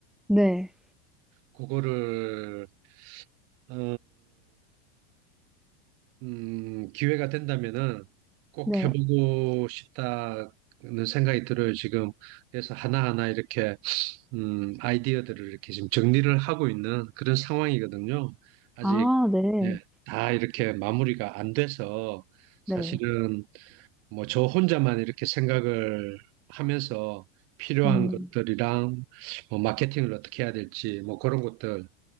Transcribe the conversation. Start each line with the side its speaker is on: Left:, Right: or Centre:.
Centre: 네.
Right: 그거를, 어, 음, 기회가 된다면은 꼭
Centre: 네.
Right: 해보고 싶다는 생각이 들어요. 지금. 그래서 하나하나 이렇게, 음, 아이디어들을 이렇게 지금 정리를 하고 있는 그런 상황이거든요. 아직,
Centre: 아 네.
Right: 예, 다 이렇게 마무리가 안 돼서 사실은
Centre: 네.
Right: 뭐 저 혼자만 이렇게 생각을 하면서 필요한
Centre: 음.
Right: 것들이랑 뭐 마케팅을 어떻게 해야 될지 뭐 그런 것들